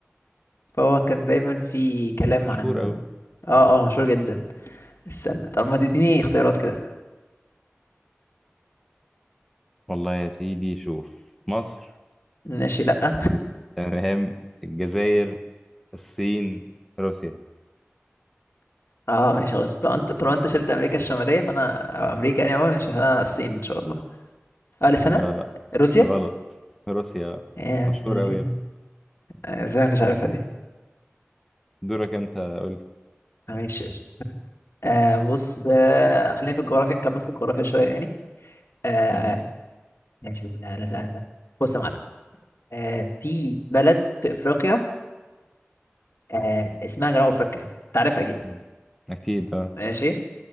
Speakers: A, on the left; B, in the centre.
A: فهو كان دايما في كلام
B: مشهور
A: عن
B: قوي
A: اه اه مشهور جدا استنى طب ما تديني اختيارات كده
B: والله يا سيدي شوف مصر
A: ماشي لا <laughs>
B: تمام الجزائر الصين روسيا
A: اه ماشي خلاص طب انت طالما انت شلت امريكا الشمالية فانا أو امريكا يعني اول ماشي فانا الصين ان شاء الله اه لسنة
B: لا لا
A: روسيا
B: غلط روسيا
A: يا
B: مشهور
A: ابن الذين
B: قوي يا ابني
A: آه، ازاي ما كنتش عارفها دي
B: دورك انت قول لي
A: ماشي آه بص آه خلينا في الجغرافيا نكمل في الجغرافيا شوية يعني آه
B: مهم.
A: ماشي لا لا سهل ده بص يا معلم آه في بلد في افريقيا آه اسمها جنوب افريقيا انت عارفها اكيد
B: مظبوط. اكيد اه
A: ماشي